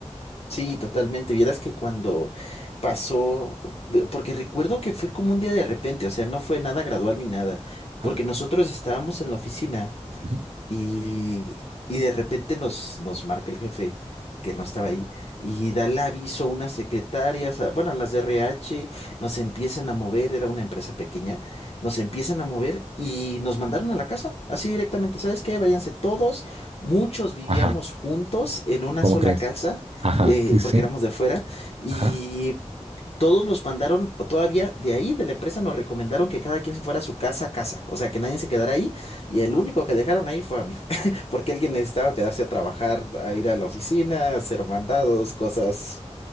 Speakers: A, on the left; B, on the right.
A: Sí, totalmente. Vieras que cuando pasó, eh, porque recuerdo que fue como un día de repente, o sea, no fue nada gradual ni nada,
B: Ajá,
A: porque nosotros estábamos en la oficina
B: ujú,
A: Y, y de repente nos, nos marca el jefe que no estaba ahí y da el aviso a unas secretarias, a- bueno, a las de RH, nos empiezan a mover, era una empresa pequeña, nos empiezan a mover y nos mandaron a la casa, así directamente, ¿sabes qué? Váyanse todos, muchos vivíamos
B: ajá,
A: juntos en una
B: ¿cómo
A: sola
B: crees?
A: casa,
B: Ajá,
A: eh,
B: sí, sí,
A: porque éramos de afuera, y
B: ajá,
A: todos los mandaron, o todavía de ahí, de la empresa, nos recomendaron que cada quien se fuera a su casa a casa, o sea, que nadie se quedara ahí y el único que dejaron ahí fue a mí, <laughs> porque alguien necesitaba quedarse a trabajar, a ir a la oficina, a hacer mandados, cosas,